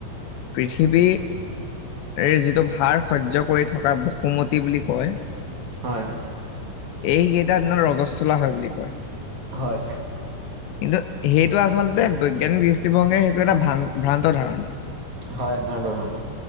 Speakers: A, on the left; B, on the right.
A: পৃথিৱীৰ এই যিটো ভাৰ সহ্য কৰি থকা বসুমতি বুলি কয়।
B: হয়, হয়,
A: এই কেইটা দিনত ৰজস্বলা হয় বুলি কয়।
B: হয়,
A: কিন্তু সেইটো আচলতে বৈজ্ঞানিক দৃষ্টিভংগীৰে সেইটো এটা ভ্ৰান ভ্ৰান্ত ধাৰণা।
B: হয় ভ্ৰান্ত ধাৰণা।